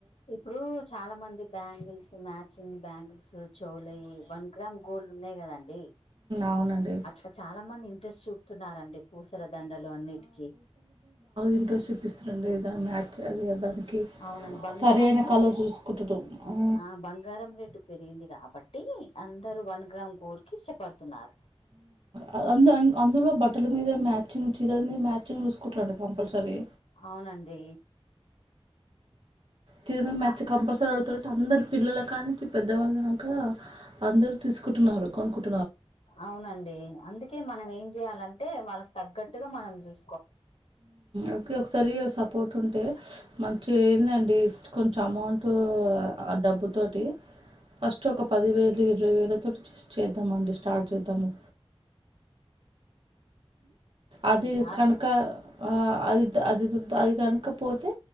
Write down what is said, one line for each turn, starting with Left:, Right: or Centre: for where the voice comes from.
Left: ఇప్పుడు చాలా మంది బ్యాంగిల్స్ మ్యాచింగ్ బ్యాంగిల్స్ చెవులయి వన్ గ్రామ్ గోల్డ్ ఉన్నాయి కదాండి
Right: అవునండి
Left: అట్లా చాలా మంది ఇంట్రెస్ట్ చూపుతున్నారండి పూసల దండలు అన్నిటికీ
Right: ఇంట్రస్ట్ చెప్పిస్తారు చది దానికి
Left: అవునండి బంగారము
Right: సరే అయిన కలర్ చూసుకుంటడు ఊ
Left: ఆ బంగారం రేటు పెరిగింది కాబట్టి అందరు వన్ గ్రామ్ గోల్డ్ కి ఇష్టపడుతున్నారు
Right: ఆ అ అందులో బట్టల మీద మ్యాచింగ్ చీరల మీద మ్యాచింగ్ చూసుకురండి కంపల్సరీ
Left: అవునండి
Right: దీని మీద మ్యాచింగ్
Left: కా
Right: కంపల్సర అడుగుతారు అందరు పిల్లల కానుంచి పెద్దవాళ్ళు దక అందరు తీసుకుంటున్నారు కొనుకుంటున్నారు
Left: అవునండి అందుకే మనం ఏం చేయాలంటే వాళ్ళకి తగ్గట్టుగా మనం చూసుకో
Right: ఒకసారి సపోర్ట్ అంటే మంచిగా ఏందండి కొంచెం అమౌంటట్ ఆ డబ్బుతోటి ఫస్ట్ ఒక పదివేలు ఇరవై వేల తో జెట్ చేద్దామండి స్టార్ట్ చేద్దాము అది
Left: మీ సార్
Right: కనక ఆ అది అది అది కాకపోతే